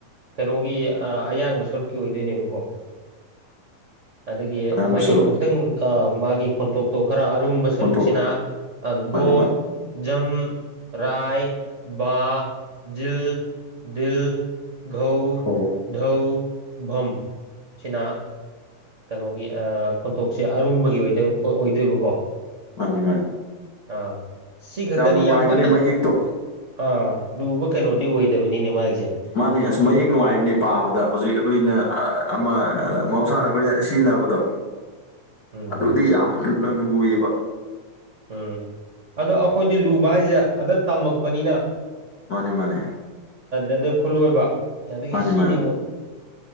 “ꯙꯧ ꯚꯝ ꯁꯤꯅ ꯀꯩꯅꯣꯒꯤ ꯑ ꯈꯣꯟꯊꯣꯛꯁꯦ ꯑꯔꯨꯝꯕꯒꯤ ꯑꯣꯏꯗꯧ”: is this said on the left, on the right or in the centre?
Right